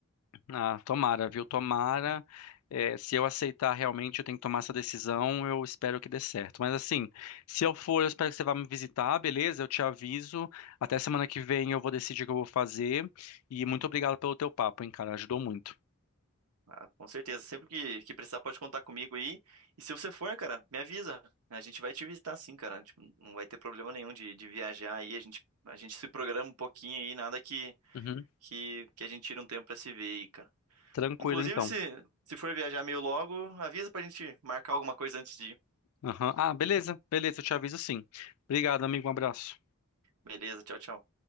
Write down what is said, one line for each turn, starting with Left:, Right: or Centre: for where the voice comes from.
Left: Ah, tomara, viu? Tomara. É, se eu aceitar realmente, eu tenho que tomar essa decisão. Eu espero que dê certo. Mas assim, se eu for, eu espero que você vá me visitar, beleza? Eu te aviso. Até semana que vem eu vou decidir o que eu vou fazer. E muito obrigado pelo teu papo, hein, cara? Ajudou muito.
Right: Ah, com certeza. Sempre que, que precisar, pode contar comigo aí. E se você for, cara, me avisa. A gente vai te visitar sim, cara. Tipo, não vai ter problema nenhum de, de viajar aí. A gente, a gente se programa um pouquinho aí, nada que,
Left: Uhum.
Right: que, que a gente tira um tempo pra se ver aí, cara.
Left: Tranquilo,
Right: Inclusive,
Left: então.
Right: se, se for viajar meio logo, avisa pra gente marcar alguma coisa antes de ir.
Left: Aham. Ah, beleza, beleza, eu te aviso sim. Obrigado, amigo. Um abraço.
Right: Beleza, tchau, tchau.